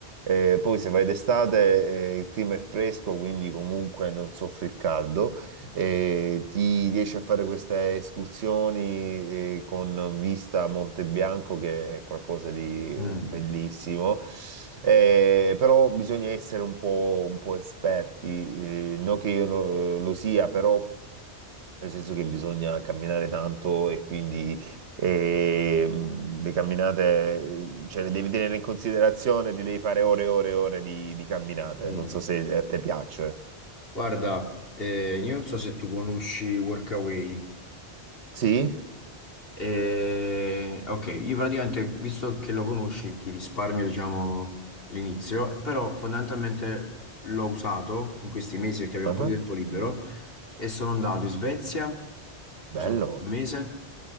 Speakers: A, on the right; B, on the left.
A: Eh, poi se vai d'estate, eh, il clima è fresco, quindi comunque non soffri il caldo. E ti riesci a fare queste escursioni eh, con vista a Monte Bianco, che è qualcosa di
B: mm,
A: bellissimo, Eh, però bisogna essere un po', un po' esperti, eh, non che io no- lo sia, però nel senso che bisogna camminare tanto e quindi eh, le camminate, eh, cioè le devi tenere in considerazione, ti devi fare ore e ore e ore di, di camminate,
B: mm.
A: non so se a te piace.
B: Guarda, eh, io non so se tu conosci Workaway.
A: Sì?
B: E- ok, io praticamente, visto che lo conosci, ti risparmio, diciamo, l'inizio, però fondamentalmente l'ho usato in questi mesi perché avevo
A: Ah,
B: un po' di tempo libero e sono andato in Svezia, mi
A: Bello.
B: sono fatto un mese